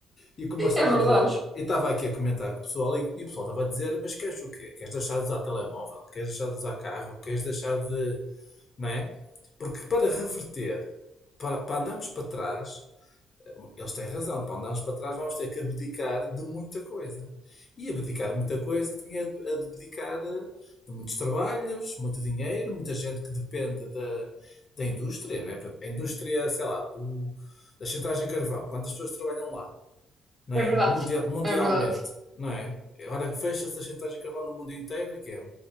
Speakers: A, on the left; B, on the right.
A: E como eu estava
B: É verdade.
A: a dizer, eu estava aqui a comentar com o pessoal e, e o pessoal estava a dizer, mas queres o quê? Queres deixar de usar telemóvel? Queres deixar de usar carro? Queres deixar de... Não é? Porque para reverter, para, para andarmos para trás, Eles têm razão, para andarmos para trás vamos ter que abdicar de muita coisa. E abdicar de muita coisa também é abdicar eh, de muitos trabalhos, muito dinheiro, muita gente que depende da, da indústria, não é? Por exemplo, A indústria, sei lá, do, da chantagem de carvão, quantas pessoas trabalham lá, não
B: É
A: é?
B: verdade.
A: Mundia- mundialmente,
B: É verdade.
A: não é? Agora fecha-se a chantagem de carvão no mundo inteiro, e que é?